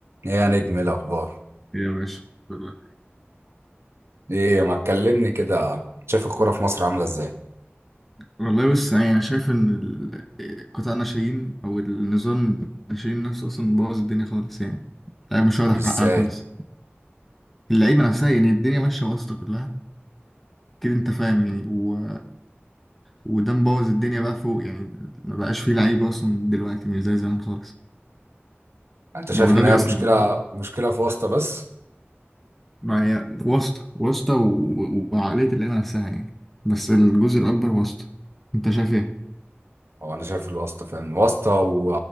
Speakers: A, on the right; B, in the centre.
A: ايه يا نجم إيه الاخبار
B: يا باشا والله
A: ايه ما تكلمني كده شايف الكوره في مصر عامله ازاي
B: والله. بص يعني انا شايف ان ال- قطاع الناشئين او النظام الناشئين نفسه اصلا بوظ الدنيا خالص يعني اللعيبه مش واخده حقها
A: ازاي
B: خالص اللعيبه نفسها يعني الدنيا ماشيه واسطه كلها كده انت فاهم يعني و... وده مبوظ الدنيا بقى فوق يعني ما بقاش فيه لعيبه اصلا دلوقتي مش زي زمان خالص
A: انت شايف
B: يعني هو ده
A: ان
B: بيأثر
A: هي مشكله
B: على الكورة.
A: مشكله في واسطه بس
B: ما هي واسطه واسطه و... وعقليه اللعيبه نفسها يعني بس الجزء الاكبر واسطه انت شايف ايه؟
A: هو انا شايف الواسطه فين واسطه و...